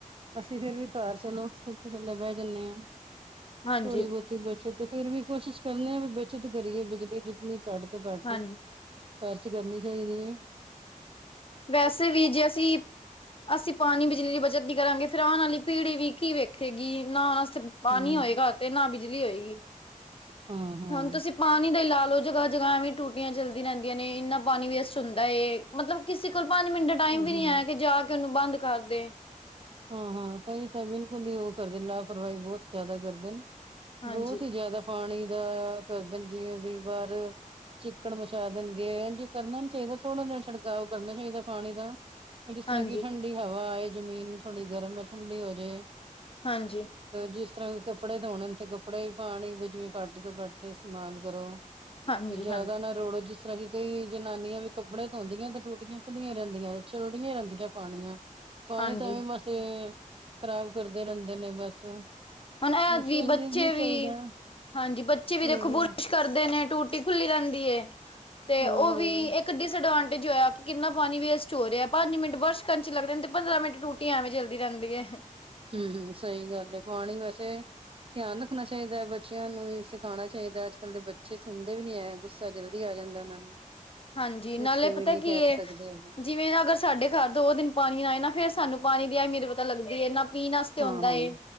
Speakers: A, on the right (about 40°); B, on the left (about 40°).
A: ਅਸੀਂ ਫੇਰ ਵੀ ਘਰ ਚਲੋ ਪਖੇ ਥਲੇ ਬੈ ਜਾਨੇ ਆਂ
B: ਹਾਂਜੀ
A: ਥੋੜੀ ਬੋਤੀ ਬੱਚਤ ਫੇਰ ਵੀ ਕੋਸ਼ਿਸ਼ ਕਰਨੀ ਏ ਵੀ ਬੱਚਤ ਕਰੀਏ। ਬਿਜਲੀ ਜਿਤਨੀ ਕੱਟ ਤੋਂ ਘੱਟ
B: ਹਾਂਜੀ
A: ਏ ਫਾਰਸ਼ ਕਰਨੀ ਚਾਹੀਦੀ ਏ।
B: ਵੈਸੇ ਵੀ ਜੇ ਅਸੀਂ ਅਸੀਂ ਪਾਨੀ ਬਿਜਲੀ ਦੀ ਬੱਚਤ ਨੀ ਕਰਾਂਗੇ ਫੇਰ ਆਨ ਵਾਲੀ ਪੀੜੀ ਵੀ ਕੀ ਵੇਖੇਗੀ ਨਾਨ ਆਸਤੇ ਪਾਣੀ
A: ਹਮ
B: ਹੋਏਗਾ ਤੇ ਨਾ ਬਿਜਲੀ ਹੋਏਗੀ।
A: ਹਾਂ ਹਾਂ
B: ਹੁਣ
A: ਹਮ
B: ਤੁਸੀਂ ਪਾਣੀ ਦਾ ਹੀ ਲਾ ਲਓ ਜਗ੍ਹਾ ਜਗ੍ਹਾ ਵੀ ਟੂਟੀਆਂ ਚਲਦੀਆਂ ਰਹਿੰਦੀਆਂ ਨੇ ਇੰਨਾ ਪਾਣੀ ਵੇਸਟ ਹੁੰਦਾ ਏ। ਮਤਲਬ ਕਿਸੇ ਕੋਲ ਪੰਜ ਮਿੰਟ ਟਾਈਮ ਵੀ ਨਹੀਂ
A: ਹਮ
B: ਹੈ ਜਾ ਕੇ ਉਹਨੂੰ ਬੰਦ ਕਰ ਦੇ।
A: ਹਾਂ ਹਾਂ ਕਈ ਤਾਂ ਬਿਲਕੁਲ ਹੀ ਉਹ ਕਰਦੇ ਲਾਪਰਵਾਹੀ ਬਹੁਤ ਜ਼ਿਆਦਾ ਕਰਦੇ ਨੇ।
B: ਹਾਂਜੀ
A: ਬਹੁਤ ਹੀ ਜ਼ਿਆਦਾ ਪਾਣੀ ਦਾ ਕਰਦੇ ਨੇ ਜਿਵੇਂ ਵੀ ਬਾਹਰ ਚਿੱਕਣ ਮਚਾ ਦੇਣਗੇ ਇਝ ਕਰਨਾ ਨੀ ਚਾਹੀਦਾ ਥੋੜ੍ਹਾ ਜਿਹਾ ਛਿੜਕਾਓ ਕਰਨਾ ਚਾਹੀਦਾ ਪਾਣੀ ਦਾ। ਜਿਸ ਤਰ੍ਹਾਂ
B: ਹਾਂਜੀ
A: ਕਿ ਠੰਡੀ ਹਵਾ ਆਏ ਜ਼ਮੀਨ ਥੋੜੀ ਗਰਮ ਹੈ ਠੰਡੀ ਹੋ ਜਾਏ।
B: ਹਾਂਜੀ
A: ਜਿਸ ਤਰਾਂ ਵੀ ਕੱਪੜੇ ਧੋਣੇ ਤੇ ਕੱਪੜੇ ਵੀ ਪਾਣੀ ਵਿਚ ਜਿਵੇਂ ਘੱਟ ਤੋ ਘੱਟ ਇਸਤੇਮਾਲ ਕਰੋ।
B: ਹਾਂਜੀ
A: ਤੇ ਜਿਆਦਾ
B: ਹਾਂਜੀ
A: ਨਾ ਰੁੜ ਜਸ ਕਿ ਕਈ ਜਨਾਨੀਆਂ ਵੀ ਕੱਪੜੇ ਧੋਂਦੀਆਂ ਤੇ ਟੁੱਟੀਆਂ ਵੀ ਖੁਲੀਆਂ ਹੀ ਰਹਿੰਦੀਆਂ ਚੱਲਦੀਆਂ ਹੀ ਰਹਿੰਦੀਆਂ ਪਾਣੀਆਂ ਪਾਣੀ
B: ਹਾਂਜੀ
A: ਤਾਂ ਐਵੇਂ ਬਸ ਖਰਾਬ ਕਰਦੇ ਰਹਿੰਦੇ ਨੇ ਬਸ। ਵੈਸੇ
B: ਹੁਣ ਇਹ ਵੀ ਬੱਚੇ
A: ਇੰਜ ਇੰਜ ਨੂੰ
B: ਵੀ
A: ਚਾਹੀਦਾ।
B: ਹਾਂਜੀ ਬੱਚੇ ਵੀ
A: ਹੂੰ-ਹੂੰ।
B: ਦੇਖੋ ਬੁਰਸ਼ ਕਰਦੇ ਨੇ ਟੂਟੀ ਖੁੱਲੀ ਰਹਿੰਦੀ ਏ। ਤੇ
A: ਹਾਂ-ਹਾਂ,
B: ਉਹ ਵੀ ਇੱਕ ਡਿਸਐਡਵਾਂਟੇਜ ਹੋਇਆ ਕਿ ਕਿੰਨਾ ਪਾਣੀ ਵੇਸਟ ਹੋ ਰਿਹਾ ਪੰਜ ਮਿੰਟ ਵਸ ਕੰਚ ਲੱਗਦਾ ਏ ਪੰਦਰਾਂ ਮਿੰਟ ਟੂੱਟੀ ਐਵੇਂ ਚਲਦੀ ਰਹਿੰਦੀ ਏ।
A: ਹੂੰ ਹੂੰ ਸਹੀ ਗੱਲ ਪਾਣੀ ਵੈਸੇ ਧਿਆਨ ਰੱਖਣਾ ਚਾਹੀਦਾ ਹੈ ਬੱਚਿਆਂ ਨੂੰ ਹੀ ਸਿਖਾਉਣਾ ਚਾਹੀਦਾ ਅੱਜ ਕੱਲ੍ਹ ਦੇ ਬੱਚੇ ਸੁਣਦੇ ਵੀ ਨੀ ਗੁੱਸ ਘਰ ਜਲਦੀ ਆ ਜਾਂਦਾ ਉਹਨਾਂ ਨੂੰ
B: ਹਾਂਜੀ
A: ਕੁਛ
B: ਨਾਲੇ ਪਤਾ
A: ਵੀ ਨੀ ਕਹਿ
B: ਕੀ ਹੈ।
A: ਸਕਦੇ ਹੈਗੇ
B: ਜਿਵੇਂ ਨਾ ਅਗਰ ਸਾਡੇ ਘਰ ਦੋ ਦਿਨ ਪਾਣੀ ਆਏ ਨਾ ਫਿਰ ਸਾਨੂੰ ਪਾਣੀ ਦੀ ਅਹਮੀਅਤ ਪਤਾ ਲੱਗਦੀ ਹੈ ਨਾ। ਪੀਣ ਵਾਸਤੇ ਹੁੰਦਾ
A: ਹਾਂ-ਹਾਂ,
B: ਏ